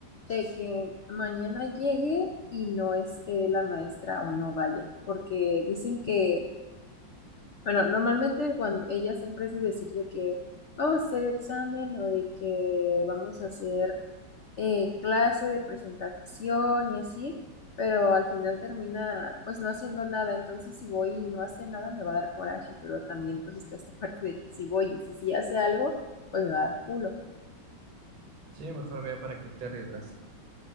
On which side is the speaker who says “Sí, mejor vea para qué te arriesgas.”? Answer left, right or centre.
Right